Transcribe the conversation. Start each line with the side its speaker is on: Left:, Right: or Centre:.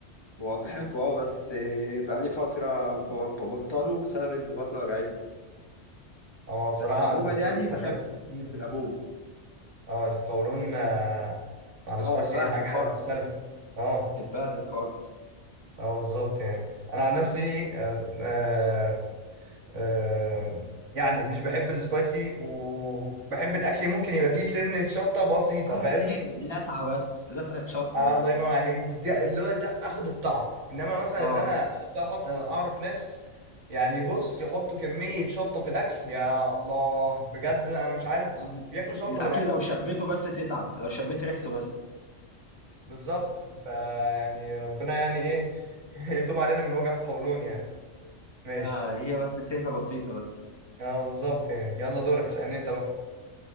Left: هو بحبه اه بس آه، بقالي فترة ب- ببطله بسبب ان بطني وجعتني
Right: هو بصراحة
Left: بس عموما
Right: السبايسي
Left: يعني بحبه
Right: مع الأكل- مم.
Left: في العموم
Right: اه القولون آه مع السبايسي
Left: اه اتبهدل
Right: حاجة
Left: خالص
Right: مختلفة اه
Left: اتبهدل خالص
Right: اه بالظبط يعني انا عن نفسي آه آه آه يعني مش بحب السبايسي وبحب الاكل ممكن يبقى فيه سنة شطة بسيطة
Left: عارف
Right: فاهم
Left: اللي هي لسعة بس لسعة شطة
Right: آه
Left: بس
Right: الله ينور عليك تدي- اللي هو ده اخد الطعم انما مثلا
Left: اه
Right: ان انا احب احط انا اعرف ناس يعني بص يحطوا كمية شطة في الاكل يا الله بجد انا مش عارف
Left: يعني
Right: بياكلوا شطة
Left: الأكل
Right: بالاكل
Left: لو شميته بس تتعب لو شميت ريحته بس
Right: بالظبط فيعني ربنا يعني ايه <laughs> يتوب علينا من وجع القولون يعني ماشي
Left: تع- هي بس سنة بسيطة بس
Right: اه بالظبط يعني يلا دورك اسألني انت بقى